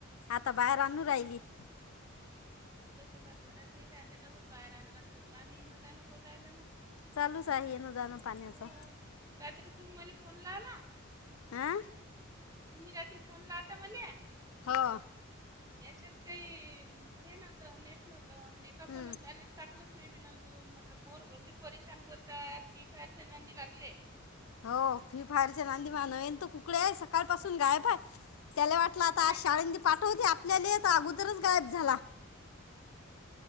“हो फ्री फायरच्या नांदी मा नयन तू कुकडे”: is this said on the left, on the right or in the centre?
Left